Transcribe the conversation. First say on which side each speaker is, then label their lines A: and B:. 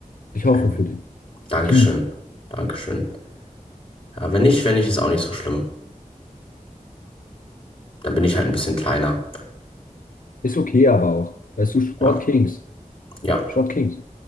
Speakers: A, on the left; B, on the left.
A: Ich hoffe
B: Ähm,
A: für dich.
B: Dankeschön.
A: Tief.
B: Dankeschön. Ja, wenn nicht, wenn nicht, ist auch nicht so schlimm. Dann bin ich halt ein bisschen kleiner.
A: Ist okay, aber auch. Weißt du, Short
B: Ja,
A: Kings.
B: ja.
A: Short Kings.